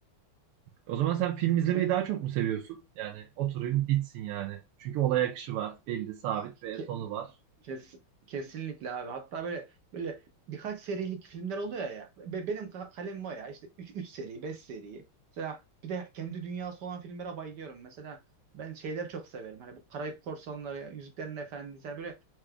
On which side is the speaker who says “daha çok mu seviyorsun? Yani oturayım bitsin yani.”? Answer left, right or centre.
Right